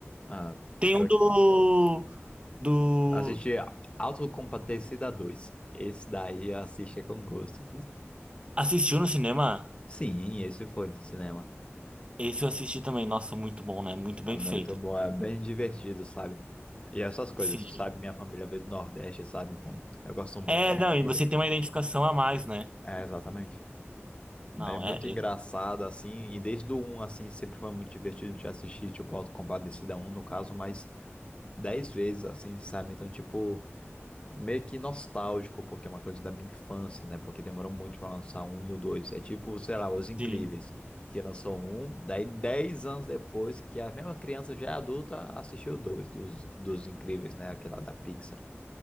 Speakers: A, on the left (about 25°); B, on the right (about 25°).
A: ah,
B: Tem
A: pior
B: um do,
A: que.
B: do...
A: Assisti Autocompadecida 2. Esse daí eu assisti com gosto.
B: Assistiu no cinema?
A: Sim, esse foi no cinema.
B: Esse eu assisti também. Nossa, muito bom, né? Muito bem
A: É muito
B: feito.
A: bom, é bem divertido, sabe? E essas coisas,
B: Sim.
A: sabe? Minha família veio do Nordeste, sabe? Então eu gosto muito
B: É,
A: de
B: não,
A: de
B: e você
A: ver.
B: tem uma identificação a mais, né?
A: É, exatamente. Daí
B: Não,
A: É muito
B: é.
A: engraçado,
B: é-
A: assim, e desde o um assim, sempre foi muito divertido de assistir, tipo, Auto da um no caso, mas 10 vezes, assim, sabe? Então, tipo. meio que nostálgico, porque é uma coisa da minha infância, né? Porque demorou muito para lançar um e o dois. É tipo, sei lá, Os Incríveis,
B: Sim.
A: que lançou um, daí 10 anos depois, que a mesma criança já é adulta assistiu o dois dos, dos Incríveis, né? Aquela da Pixar.